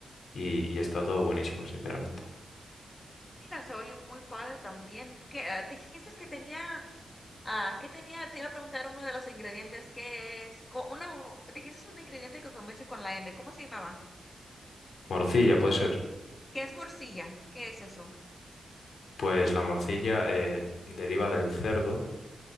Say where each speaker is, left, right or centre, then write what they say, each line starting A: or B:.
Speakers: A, on the left; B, on the left.
A: y, y está todo buenísimo, sinceramente.
B: Mira, se oye muy padre también. ¿Qué, ah, dijiste que tenía, ah, que tenía, te iba a preguntar uno de los ingredientes que es, co- una, dijiste un ingrediente que comienza con la M, ¿cómo se llamaba?
A: Morcilla, puede ser.
B: ¿Qué es morcilla? ¿Qué es eso?
A: Pues la morcilla eh, deriva del cerdo,